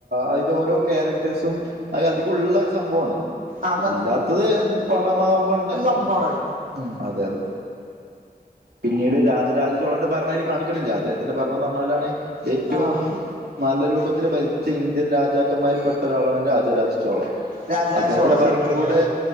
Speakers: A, on the right; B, on the right.
A: അയിന്റെ ഓരോ ക്യാരക്ടേഴ്സും അഅ് അധികുള്ളരു സംബൊവാണ്
B: ആഹ്
A: പിന്നെ ഇല്ലാത്തത് എന്ത് പടമാവുമ്പോണ്ടാ
B: അംബാണഅ്
A: ഉം അതെ അതെ പിന്നീട് രാജരാജചോളന്റെ ഭരണം അയില് കാണിക്ക്ണില്ല അദ്ദേഹത്തിന്റെ ഭരണം ന്ന് പറഞ്ഞാലാണ് ഏറ്റവും
B: ആഹ്
A: നല്ലരൂപത്തിൽ ഭരിച്ച ഇന്ത്യൻ രാജാക്കന്മാരിൽ പെട്ട ഒരാളാണ് രാജരാജ് ചോള
B: രാജരാജ
A: അദ്ദേഹത്തിന്റെ
B: ചോള
A: ഭരണം
B: ശരിക്ക്
A: കൂടെ
B: ആഹ്